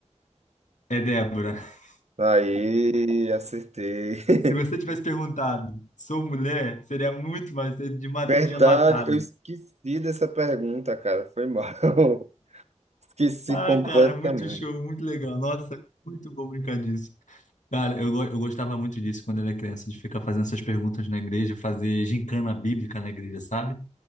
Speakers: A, on the left; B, on the right.
A: É Débora. <laughs>
B: Aí, acertei. <laughs>
A: Se você tivesse perguntado, sou mulher, seria muito mais, você de ma-
B: Verdade,
A: tinha matado.
B: eu esqueci dessa pergunta, cara. Foi mal. <laughs> Esqueci
A: Ah,
B: completamente.
A: cara, muito show, muito legal. Nossa, muito bom brincar disso. Cara, eu, go- eu gostava muito disso quando era criança, de ficar fazendo essas perguntas na igreja, fazer gincana bíblica na igreja, sabe?